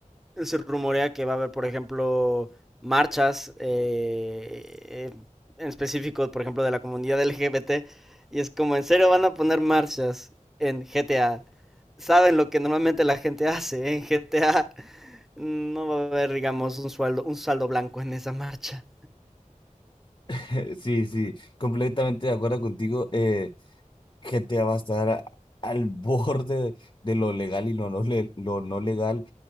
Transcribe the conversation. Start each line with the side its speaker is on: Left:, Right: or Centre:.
Centre: se rumorea que va a haber, por ejemplo, marchas eh, en específico, por ejemplo, de la comunidad LGBT. Y es como, en serio, van a poner marchas en GTA. Saben lo que normalmente la gente hace ¿eh? en GTA. No va a haber, digamos, un sueldo, un saldo blanco en esa marcha.
Left: <laughs> Sí, sí, completamente de acuerdo contigo. Eh, GTA va a estar a- al borde de lo legal y lo no, le- lo no legal